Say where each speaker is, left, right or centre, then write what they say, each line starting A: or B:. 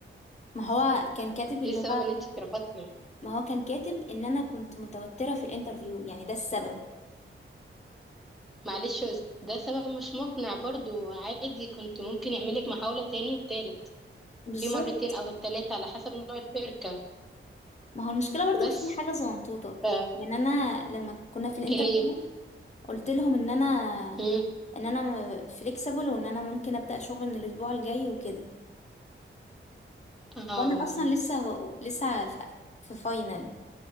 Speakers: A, on the left; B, in the centre.
A: ما هو كان كاتب اللي
B: ايه السبب
A: هو
B: ان انت اترفضتي
A: ما هو كان كاتب ان انا كنت متوترة في الانترفيو يعني ده السبب
B: معلش ده سبب مش مقنع برضو عادي كنت ممكن يعملك محاوله تاني وتالت
A: بالظبط
B: في مرتين او تلاتة على حسب نوع الشركه
A: ما هو المشكله برضو
B: بس
A: في حاجه صغنطوطه
B: ف-
A: يعني انا لما كنا في الانترفيو
B: ايه هي
A: قلت لهم ان انا
B: مم.
A: ان انا فليكسبل وان انا ممكن ابدا شغل من الاسبوع الجاي وكده
B: اه
A: وانا اصلا لسه لسه في في فاينل